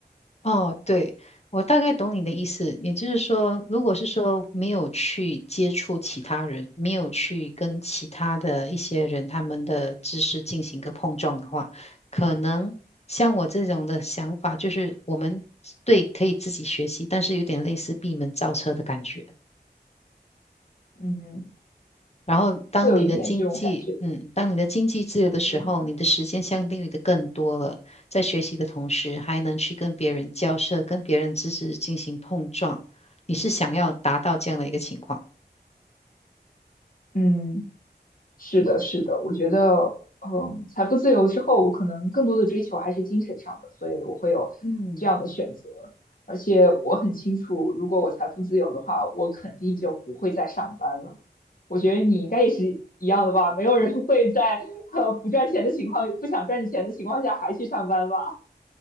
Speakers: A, on the left; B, on the left.
A: 哦，对，我大概懂你的意思，也就是说，如果是说没有去接触其他人，没有去跟其他的一些人他们的知识进行一个碰撞的话，可能像我这种的想法，就是我们对可以自己学习，但是有点类似闭门造车的感觉。
B: 嗯
A: 然后，当你的经济，
B: 会有一点这种感觉。
A: 嗯，当你的经济自由的时候，
B: 嗯。
A: 你的时间相对于的更多了。在学习的同时，还能去跟别人交涉，跟别人知识进行碰撞。你是想要达到这样的一个情况？
B: 嗯。是的，是的，我觉得，嗯，财富自由之后，我可能更多的追求还是精神上的，所以我会有这样的选择。
A: 嗯。
B: 而且我很清楚，如果我财富自由的话，我肯定就不会再上班了。我觉得你应该也是一样的吧？没有人会在呃不赚钱的情况、不想赚钱的情况下还去上班吧？